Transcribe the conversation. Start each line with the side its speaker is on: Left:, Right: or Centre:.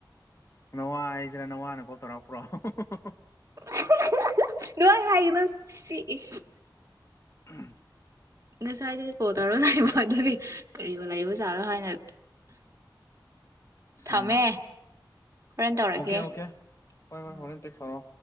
Left: ꯅꯋꯥ ꯍꯥꯏꯁꯤꯔ ꯅꯋꯥꯅ ꯀꯣꯜ ꯇꯧꯔꯛꯄ꯭ꯔꯣ <unintelligible>
Right: <unintelligible> ꯑꯗꯨꯃꯥꯏ ꯍꯥꯏꯅꯣ ꯁꯤꯁ <unintelligible>
Left: ꯎꯝ
Right: ꯉꯁꯥꯏꯗꯒꯤ ꯀꯣꯜ ꯇꯧꯔ ꯂꯥꯛꯏꯕ ꯑꯗꯨꯒꯤ ꯀꯔꯤꯣ ꯂꯩꯕꯖꯥꯠꯔꯣ ꯍꯥꯏꯅ ꯊꯝꯃꯦ
Left: ꯑ
Right: ꯍꯣꯔꯦꯟ ꯇꯧꯔꯛꯀꯦ
Left: ꯑꯣꯀꯦ ꯑꯣꯀꯦ ꯍꯣꯏ
Right: ꯎꯝ
Left: ꯍꯣꯏ ꯐꯣꯔ ꯇꯦꯛ ꯁꯔꯣ